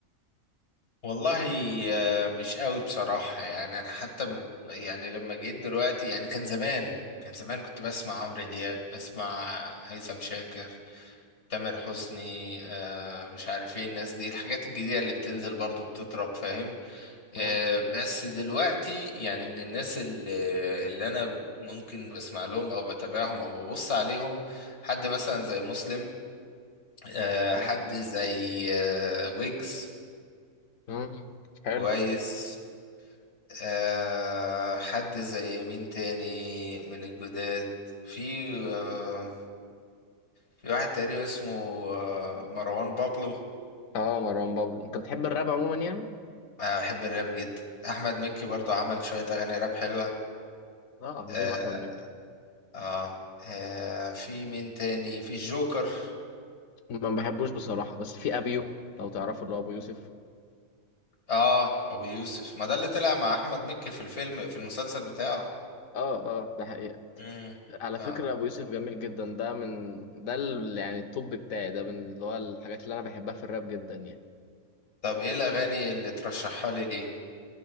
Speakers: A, on the left (about 55°); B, on the left (about 75°).
A: والله آه، مش قوي بصراحة يعني انا حتى م- يعني لما جيت دلوقتي يعني كان زمان كان زمان كنت بسمع عمرو دياب بسمع هيثم شاكر تامر حسني آه، مش عارف ايه الناس دي الحاجات الجديدة اللي بتنزل برضو بتضرب فاهم آه،
B: مم،
A: بس دلوقتي يعني من الناس اللي, اللي انا ممكن بسمع لهم او بتابعهم او ببص عليهم حد مثلا زي مسلم آه،
B: مم،
A: حد زي آه، ويجز
B: مم. حلو
A: كويس آه، حد زي مين تاني من الجداد في آه، في واحد تقريبا اسمه آه، مروان بابلو
B: اه مروان بابلو انت بتحب الراب عموما يعني
A: أنا بحب الراب جدا احمد مكي برضو عمل شوية اغاني راب حلوة
B: اه عظيم
A: آه،
B: احمد مكي
A: اه آه، في مين تاني في الجوكر
B: ما بحبوش بصراحة بس في ابيو لو تعرفوا اللي هو ابو يوسف
A: اه ابو يوسف ما ده اللي طلع مع احمد مكي في الفيلم في المسلسل بتاعه
B: اه اه ده حقيقة
A: مم.
B: على فكرة
A: اه
B: أبو يوسف جميل جدا ده من ده ال- يعني الطب بتاعي ده من اللي هو الحاجات اللي أنا بحبها في الراب جدا يعني
A: طب ايه الاغاني اللي ترشحها لي ليه